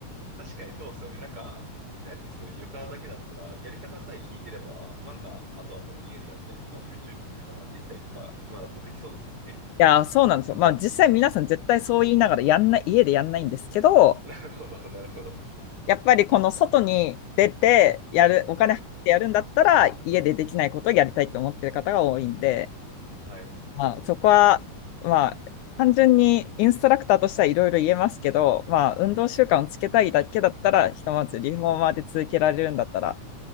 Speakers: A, on the right; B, on the left.
A: 確かにそうですよね。なんか、ピラティス床だけだったら、やり方さえ聞いてれば、なんか、あとはもう家でやったりとか、YouTube 見ながらできたりとか、今だとできそうですもんね。
B: や、そうなんですよ。まあ実際皆さん絶対そう言いながらやんない、家でやんないんですけど、
A: <laughs> なるほど、なるほど。
B: やっぱりこの外に出てやる、お金入ってやるんだったら、
A: はい、
B: 家でできないことをやりたいと思ってる方が多いんで、
A: はい。
B: まあそこは、まあ単純にインストラクターとしてはいろいろ言えますけど、まあ運動習慣をつけたいだけだったら、ひとまずリフォーマーで続けられるんだったら、